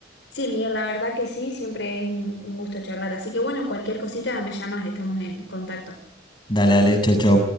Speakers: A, on the left; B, on the left.
A: Sí, Miguel, la verdad que sí, siempre es un, un gusto charlar. Así que bueno, cualquier cosita me llamas, estamos en contacto.
B: Dale, dale, chau, chau.